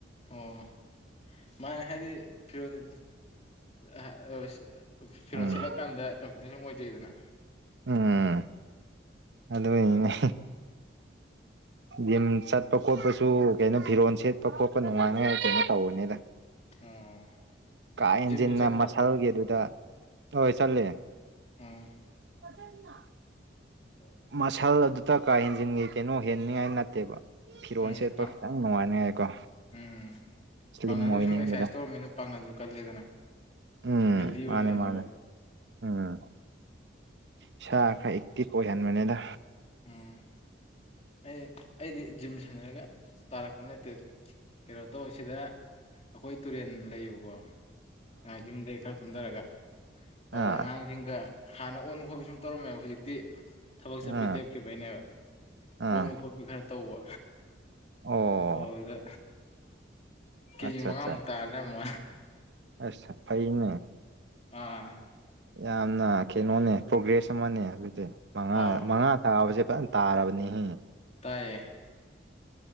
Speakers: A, on the left; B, on the right.
A: ꯑꯣ ꯃꯥꯅꯦ ꯍꯥꯏꯗꯤ ꯐꯤꯔꯣ <unintelligible> ꯐ ꯐꯤꯔꯣꯟ
B: ꯎꯝ
A: ꯁꯦꯠꯂꯛꯑꯀꯥꯟꯗ ꯀꯟꯐꯤꯗꯦꯟ ꯁꯨꯝ ꯑꯣꯏꯗꯦꯗꯅ
B: ꯎꯝ ꯑꯗꯨꯢꯅꯤꯅꯦ ꯌꯨꯝ ꯆꯠ ꯄ ꯈꯣꯠꯄꯁꯨ ꯀꯩꯅꯣ ꯐꯤꯔꯣꯟ ꯁꯦꯠꯄ ꯈꯣꯠꯄ ꯅꯨꯡꯉꯥꯏꯅꯉꯥꯏ ꯀꯩꯅꯣ ꯇꯧꯕꯅꯤꯗ
A: ꯑꯣ
B: ꯀꯥ ꯍꯦꯟꯖꯤꯟꯅ
A: ꯖꯤꯝꯁꯨ ꯆꯠꯄ꯭ꯔꯣ
B: ꯃꯁꯜꯒꯤ ꯑꯗꯨꯗ ꯍꯣꯏ ꯆꯠꯂꯤ
A: ꯎꯝ
B: ꯀꯗꯩꯅꯣ
A: ꯑꯣ
B: ꯃꯁꯜ ꯑꯗꯨꯗ ꯀꯥ ꯍꯦꯟꯖꯤꯟ ꯀꯩꯅꯣ ꯍꯦꯟꯅꯤꯉꯥꯏ ꯅꯠꯇꯦꯕ ꯐꯤꯔꯣꯜ
A: ꯎꯝ
B: ꯁꯦꯠꯄ
A: ꯄꯥꯡ
B: ꯈꯤꯇꯪ ꯅꯨꯡꯉꯥꯏꯅꯤꯉꯥꯢꯀꯣ
A: ꯎꯝ
B: ꯁ꯭ꯂꯤꯝ
A: ꯄꯥꯡꯒꯜꯁꯨ
B: ꯑꯣꯏꯅꯤꯡꯕꯗꯣ
A: ꯁꯨꯝ ꯑꯦꯛꯁꯔꯁꯥꯏꯁ ꯇꯧꯔꯝꯃꯤꯅ ꯄꯥꯡꯒꯜꯁꯨ ꯀꯜꯂꯤꯗꯅ
B: ꯎꯝ
A: ꯍꯦꯜꯗꯤ ꯑꯣꯏꯅ
B: ꯃꯥꯅꯦ
A: ꯂꯩꯅꯕ
B: ꯃꯥꯅꯦ ꯎꯝ ꯏꯁꯥ
A: ꯎꯝ
B: ꯈꯔ ꯑꯦꯛꯇꯤꯚ ꯑꯣꯏꯍꯟꯕꯅꯤꯗ
A: ꯎꯝ ꯑꯩ ꯑꯩꯗꯤ ꯖꯤꯝ ꯁꯥꯟꯅꯔꯒ ꯇꯥꯔꯛꯄ ꯅꯠꯇꯦ ꯀꯩꯅꯣ ꯇꯧꯏ ꯁꯤꯗ ꯑꯈꯣꯏ ꯇꯨꯔꯦꯟ ꯂꯩꯌꯦꯕꯀꯣ ꯑꯥ ꯌꯨꯝꯗꯩ ꯈꯔ ꯀꯨꯝꯗꯔꯒ ꯑꯗꯨꯗ
B: ꯑꯥ
A: ꯑꯉꯥꯡ ꯁꯤꯡꯒ ꯍꯥꯟꯅ ꯑꯣꯟꯕ ꯈꯣꯠꯄ ꯁꯨꯝ ꯇꯧꯔꯝꯃꯦꯕ ꯍꯧꯖꯤꯛꯇꯤ ꯊꯕꯛ ꯆꯠꯄꯩ
B: ꯑꯥ
A: ꯂꯦꯞꯈꯤꯕꯩꯅꯦꯕ
B: ꯑꯥ
A: ꯑꯣꯟꯕ ꯈꯣꯠꯄ ꯈꯔ ꯇꯧꯕ
B: ꯑꯣ
A: ꯑꯗꯨꯗ ꯀꯦꯖꯤ
B: ꯑꯠꯆꯥ
A: ꯃꯉꯥꯃꯨꯛ
B: ꯑꯠꯆꯥ
A: ꯇꯥꯔ ꯂꯩꯔꯝꯕ ꯋꯥꯅꯤ
B: ꯑꯁ ꯐꯩꯅꯦ
A: ꯑꯥ
B: ꯌꯥꯝꯅ ꯀꯩꯅꯣꯅꯦ ꯄ꯭ꯔꯣꯒ꯭ꯔꯦꯁ ꯑꯃꯅꯦ ꯑꯗꯨꯗꯤ ꯃꯉꯥ
A: ꯑꯥꯎ
B: ꯃꯉꯥ ꯇꯥꯕꯁꯦ ꯐꯖꯟ ꯇꯥꯔꯕꯅꯤꯍꯦ
A: ꯇꯥꯏꯌꯦ